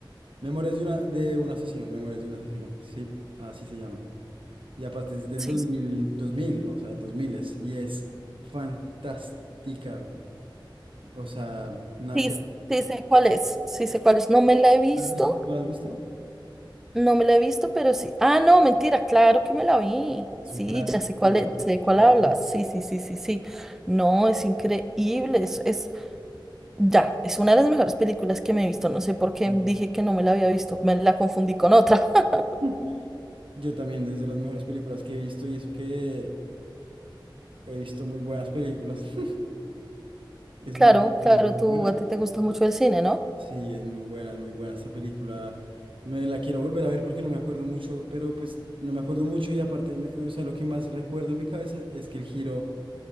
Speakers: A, on the right (about 80°); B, in the centre.
A: Memorias de, una, de un asesino, Memorias de un asesino, sí, así se llama. Y aparte es del
B: Sí,
A: dos
B: sí,
A: mil dos mil o sea, 2000 es, y es fantástica. O sea, nada
B: sí,
A: que...
B: sí sé cuál es, sí sé cuál es. No me la he visto,
A: ¿Lo has visto? ¿No la has visto?
B: no me la he visto, pero sí. Ah, no, mentira, claro que me la vi.
A: Es
B: Sí,
A: un clásico.
B: ya sé cuál
A: Bueno,
B: es, ya sé de cuál
A: sí,
B: hablas. Sí, sí, sí, sí, sí. No, es increíble, es es- Ya, es una de las mejores películas que me he visto. No sé por qué
A: sí.
B: dije que no me la había visto. Me la confundí con otra. <laughs>
A: Mm. Yo también, desde las mejores películas que he visto, y eso que he visto muy buenas películas. <laughs> Es
B: Claro,
A: muy buena,
B: claro,
A: es muy
B: tú
A: buena.
B: a ti te gusta mucho el cine, ¿no?
A: Sí, es muy buena, es muy buena esta película. Me la quiero volver a ver porque no me acuerdo mucho, pero pues no me acuerdo mucho y aparte, me- o sea, lo que más recuerdo en mi cabeza es que el giro,